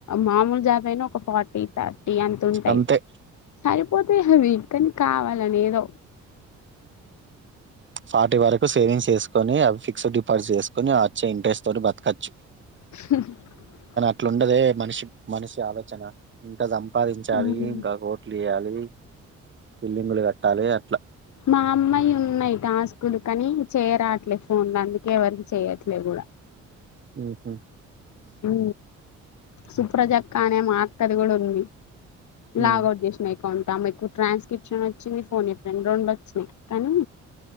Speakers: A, on the left; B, on the right.
A: మామూలుగా జాబయినా ఒక ఫార్టీ థర్టీ అంత ఉంటాయి
B: అంతే
A: సరిపోతే అవి కానీ కావాలని ఏదో
B: పాార్టి వరకు సేవింగ్స్ చేసుకొని అవి ఫిక్స్డ్ డిపాజిట్ చేసుకొని వచ్చే ఇంట్రెస్ట్ తోటి బతకచ్చు
A: <unintelligible>
B: ఇట్లాండదే మనిషి మనిషి ఆలోచన ఇంకా సం పాదించాలి
A: ఉమ్
B: ఇంకా కోట్లు వేయాలి బిల్డింగులు కట్టాలి అట్లా
A: మా అమ్మ యి ఉన్నాయి టాస్కుల్ కానీ చేయరాట్లేదు ఫోన్లో అందుకే ఎవరికి చేయట్లేదు కూడా
B: ఉహు
A: ఉ సుప్రజక్క అనే మాక్కది కూడా ఉంది లాగ్
B: ఉమ్,
A: ఔట్ చేసినా అకౌంట్ ఆమెకు ట్రాన్స్క్రిప్షన్ వచ్చింది ఫోన్ ఏ ఫ్రెండ్ రెండు వచ్చినాయి కానీ